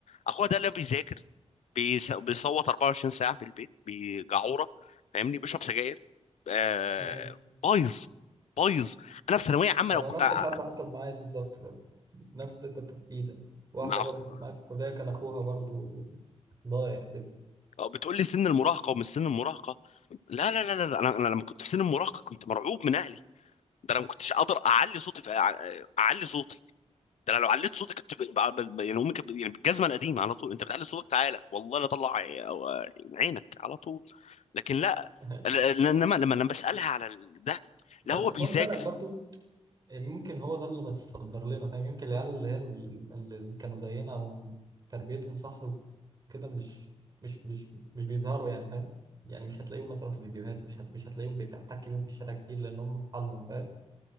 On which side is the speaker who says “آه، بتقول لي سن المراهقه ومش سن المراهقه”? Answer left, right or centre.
Left